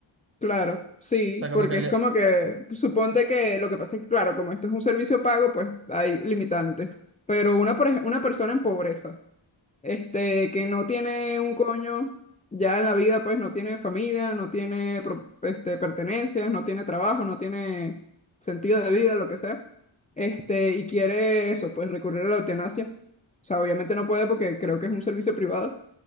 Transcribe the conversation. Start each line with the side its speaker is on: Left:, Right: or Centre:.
Left: claro, sí,
Right: O sea, como
Left: porque
Right: que le,
Left: es como que, suponte que lo que pasa es que, claro, como esto es un servicio pago, pues hay limitantes. Pero una, por ej- una persona en pobreza. este, que no tiene un coño ya en la vida, pues no tiene familia, no tiene pro- este, pertenencias, no tiene trabajo, no tiene sentido de vida, lo que sea, este, y quiere eso, pues recurrir a la eutanasia. O sea, obviamente no puede porque creo que es un servicio privado,